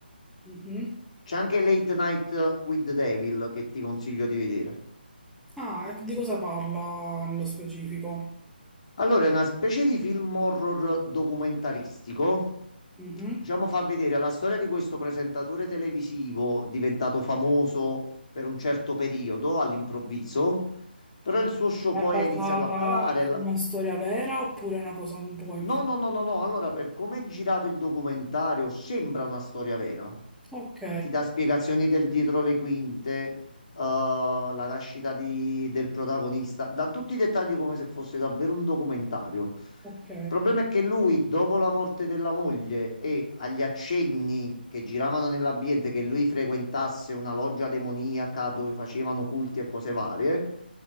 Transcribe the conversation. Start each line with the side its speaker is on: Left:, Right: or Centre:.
Centre: Mhm.
Left: C'è anche Late Night with the Devil che ti consiglio di vedere.
Centre: Ah, e di cosa parla nello specifico?
Left: Allora, è una specie di film horror documentaristico.
Centre: Mhm.
Left: Diciamo, fa vedere la storia di questo presentatore televisivo diventato famoso per un certo periodo all'improvviso, però il suo show
Centre: È
Left: poi
Centre: basata
Left: ha iniziato a calare. la-
Centre: su una storia vera oppure è una cosa un po' inventata?
Left: No, no, no, no, no. Allora, per come è girato il documentario, sembra una storia vera.
Centre: Ok,
Left: Ti dà spiegazioni del dietro le quinte, eh, la nascita di- del protagonista, dà tutti i dettagli come se fosse davvero un documentario.
Centre: ok.
Left: Il problema è che lui, dopo la morte della moglie e agli accenni che giravano nell'ambiente che lui frequentasse una loggia demoniaca dove facevano culti e cose varie,